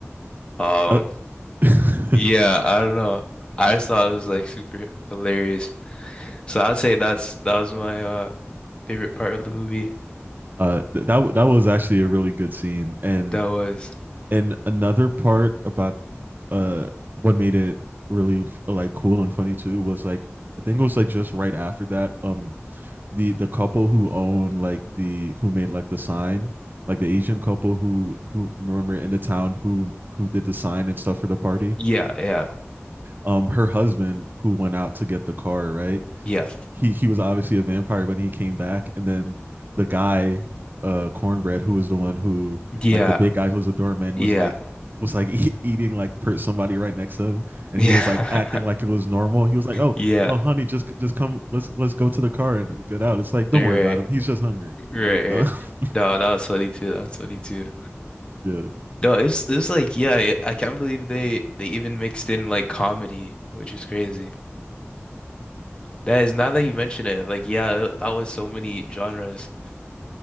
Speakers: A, on the left (about 20°); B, on the right (about 45°).
A: Um
B: Uh, <laughs>
A: yeah, I don't know. I just thought it was like super hilarious. So I'd say that's that was my uh favorite part of the movie.
B: uh, th- that that was actually a really good scene, and
A: That was
B: and another part about uh what made it really like cool and funny too was like I think it was like just right after that um the the couple who own like the who made like the sign, like the Asian couple who who remember in the town who who did the sign and stuff for the party.
A: yeah, yeah,
B: Um, her husband who went out to get the car, right?
A: yeah,
B: he he was obviously a vampire when he came back, and then the guy, uh, Cornbread, who was the one who
A: yeah,
B: like the big guy who was a doorman,
A: yeah,
B: was like was like <laughs> e- eating like per- somebody right next to him, and
A: <laughs>
B: he
A: yeah,
B: was like acting like it was normal. He was like, "Oh
A: yeah.
B: no, honey, just just come, let's let's go to the car and get out." It's like, don't
A: Right,
B: worry about him. He's just hungry.
A: right,
B: Like, <laughs>
A: right. No, that was funny too. That was funny too.
B: yeah.
A: No, it's it's like yeah, I I can't believe they they even mixed in like comedy, which is crazy. That is now that you mention it, like yeah, that was so many genres.